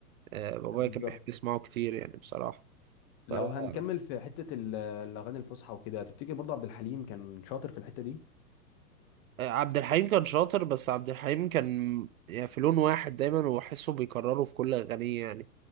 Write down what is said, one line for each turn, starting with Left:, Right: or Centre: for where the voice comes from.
Right: آه بابايا
Left: بالظبط
Right: كان بيحب يسمعه كتير يعني بصراحه
Left: لو
Right: ف آه،
Left: هنكمل في حته ال- الاغاني الفصحى وكده تفتكر برضه عبد الحليم كان شاطر في الحته دي
Right: عبد الحليم كان شاطر بس عبد الحليم كان يعني في لون واحد دايما وحسه بيكرره في كل اغانيه يعني